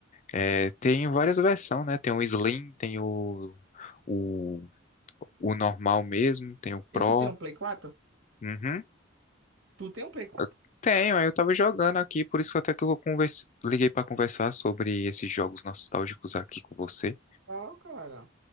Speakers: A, on the left (about 40°); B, on the right (about 75°).
A: É, tem várias versões, né? Tem o Slim, tem o, o o normal mesmo, tem o Pro.
B: E tu tem um Play 4?
A: Uhum.
B: Tu tem um Play 4?
A: Eu tenho, aí eu tava jogando aqui, por isso que até que eu converse... liguei pra conversar sobre esses jogos nostálgicos aqui com você.
B: Ó, cara.